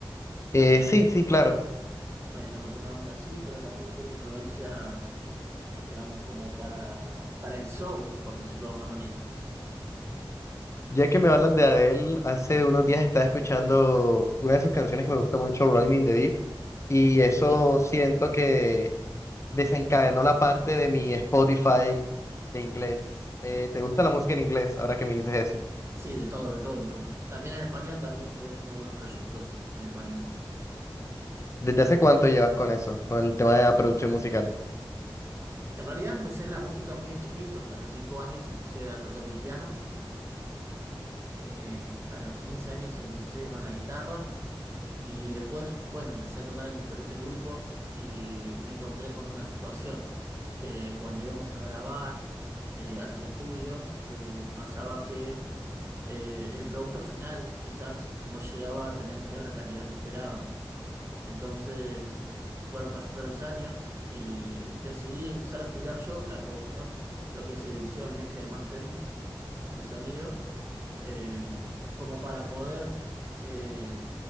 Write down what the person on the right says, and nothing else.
Bueno, una onda así, pero también tiene influencias, digamos, como para, para el soul, por decirlo de alguna manera.
El-
sí,
Sí, de todo, de todo me gusta. También en español, también estoy haciendo algunos proyectos en español.
En realidad empecé en la música muy de chiquito. A los 5 años empecé a tocar el piano. Eh, a los 15 años empecé con la guitarra. Y después, bueno, empecé a tocar en diferentes grupos y me encontré con una situación que cuando íbamos a grabar eh, a los estudios, eh, pasaba que eh, el producto final quizás no llegaba a tener la calidad que esperábamos. Entonces fueron pasando los años y decidí empezar a estudiar yo la producción, lo que es edición, mezcla y mastering de sonido, eh, como para poder eh,